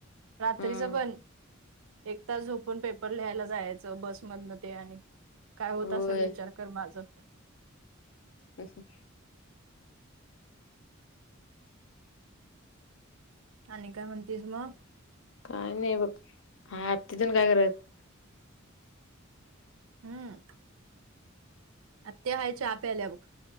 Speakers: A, on the right; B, on the left.
A: रात्रीच
B: हम्म
A: पण. एक तच झोपून पेपर लिहायला जायचं बसमधनं ते आणि काय होत
B: होय
A: असेल विच विचार कर माझं
B: हम् <inaudible> हम
A: आणि काय म्हणतीस मग.
B: काय नाही बघ, हा आ तिथून काय करत.
A: हम्म. आ ते हाय चहा प्यायल्यावर